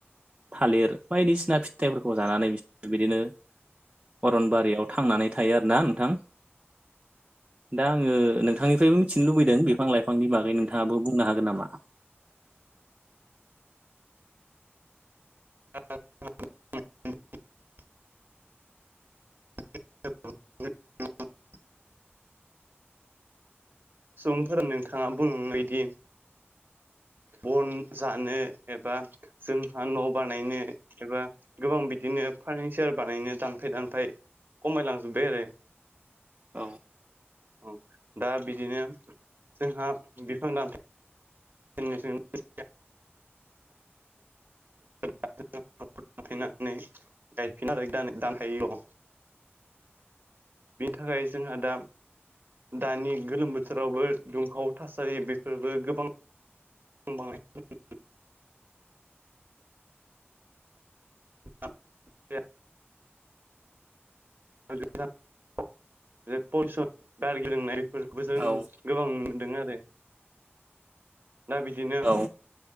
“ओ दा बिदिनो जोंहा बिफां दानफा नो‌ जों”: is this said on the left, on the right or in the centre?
Right